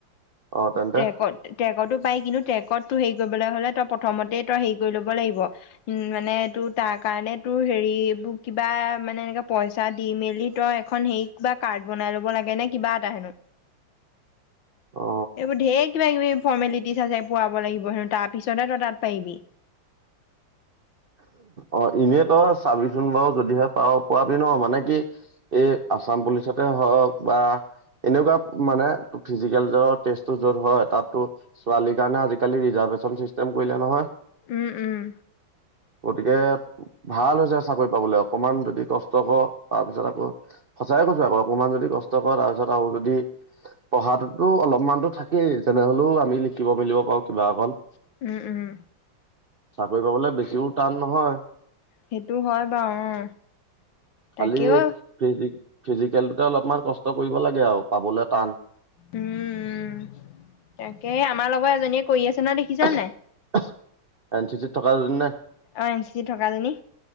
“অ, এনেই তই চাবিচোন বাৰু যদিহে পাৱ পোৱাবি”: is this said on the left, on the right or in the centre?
Right